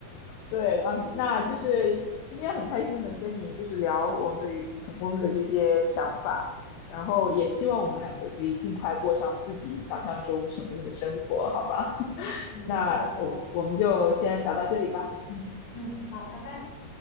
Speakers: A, on the left; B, on the left.
A: 对，嗯，
B: <laughs>
A: 那就是今天很开心能跟你就是聊我们对于成功的这些想法，
B: 嗯
A: 然后也希望我们两个可以尽快过上自己想象中成功的生活，好吧？<laughs>
B: 嗯，
A: 那我我们就先聊到这里吧，
B: 好的，
A: 嗯，
B: 嗯，好，拜拜。